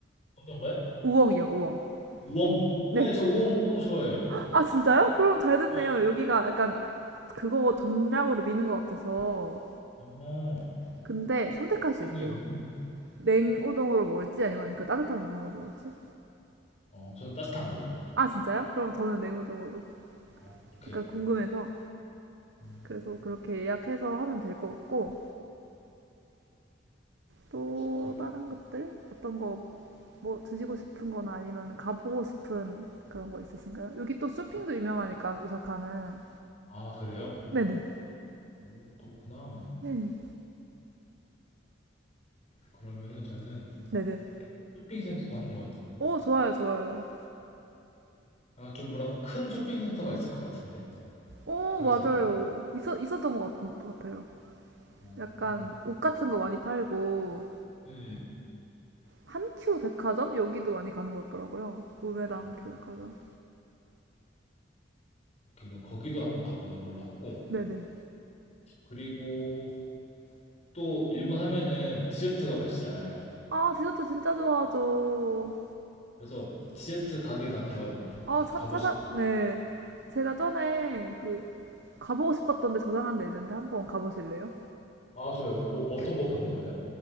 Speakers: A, on the left (about 35°); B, on the right (about 65°).
A: 어떤 거요?
B: 우엉이요, 우엉.
A: 우엉?
B: 네.
A: 네, 저 우엉, 우엉 좋아해요.
B: 아, 진짜요? 그럼 잘 됐네요.
A: 네.
B: 여기가 약간 그- 그거 전략으로 미는 것 같아서.
A: 어,
B: 근데 선택할 수
A: 우엉이,
B: 있대요.
A: 우엉이.
B: 냉우동으로 먹을지 아니면 그 따뜻한 우동으로 먹을지.
A: 어, 저는 따뜻한 걸로.
B: 아, 진짜요? 그럼 저는 냉우동으로.
A: 어, 오케이.
B: 그러니까 궁금해서.
A: 음,
B: 그래서 그렇게 예약해서 하면 될 것 같고. 또
A: 그-
B: 다른 것들? 어떤 거 뭐 드시고 싶은 거나 아니면 가보고 싶은 그런 거 있으신가요? 여기 또 쇼핑도 유명하니까 오사카는
A: 아, 그래요?
B: 네네.
A: 오, 그렇구나.
B: 네.
A: 그러면은 저는
B: 네네.
A: 쇼핑센터도 한번,
B: 오, 좋아요, 좋아요.
A: 아, 좀 뭐랄까, 큰 쇼핑센터가 있을 것 같은데.
B: 오,
A: 그렇지
B: 맞아요.
A: 않을까?
B: 있었, 있었던 것 같 같아요.
A: 어,
B: 약간
A: 어.
B: 옷 같은 거 많이 팔고,
A: 네.
B: 한큐 백화점? 여기도 많이 가는 것 같더라고요. 우메다
A: 어,
B: 한큐 백화점.
A: 오케이, 그럼 거기도 한번 가보는 걸로 하고.
B: 네네.
A: 그리고 또 일본 하면은 디저트가 맛있잖아요.
B: 아, 디저트 진짜 좋아하죠.
A: 그래서 디저트 가게도 한번
B: 아, 차,
A: 봐보시
B: 찾아, 네. 제가 전에 그, 가보고 싶었던데 저장한 데 있는데 한번 가보실래요?
A: 아, 좋아요. 뭐 어떤 거 파는 거예요?